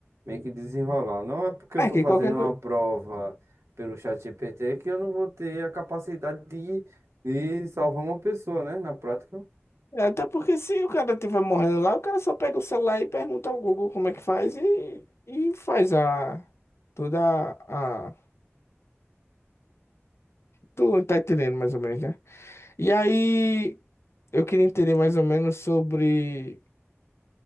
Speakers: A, on the right; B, on the left.
A: meio que desenrolar. Não é porque eu
B: É
A: tô
B: que
A: fazendo
B: qualquer
A: uma
B: coisa.
A: prova pelo ChatGPT que eu não vou ter a capacidade de, de salvar uma pessoa, né? Na prática.
B: Até porque se o cara tiver morrendo lá, o cara só pega o celular e pergunta ao Google como é que faz e, e faz a. Toda a. a- Tu tá entendendo mais ou menos, né? E aí, eu queria entender mais ou menos sobre.